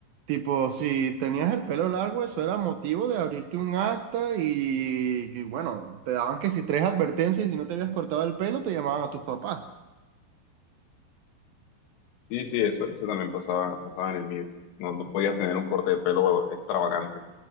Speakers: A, on the right; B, on the left.
A: Tipo, si tenías el pelo largo, eso era motivo de abrirte un acta y, y bueno, te daban que si tres advertencias y si no te habías cortado el pelo, te llamaban a tus papás.
B: Sí, sí, eso, eso también pasaba, pasaba en el mío. No, no podías tener un corte de pelo extravagante.